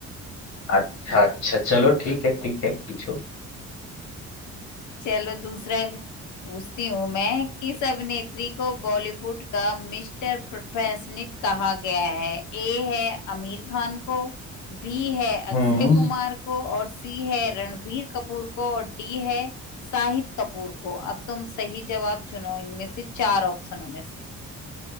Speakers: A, on the left; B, on the left.
A: अच्छा अच्छा चलो ठीक है ठीक है पूछो
B: चलो दूसरा पूछती हूँ मैं किस अभिनेत्री को बॉलीवुड का मिस्टर परफेक्शनिस्ट कहा गया है ए है आमिर खान को बी है
A: हम्म
B: अक्षय कुमार को और सी है रणबीर कपूर को और डी है शाहिद कपूर को अब तुम सही जवाब चुनो इनमें से चार ऑप्शनों में से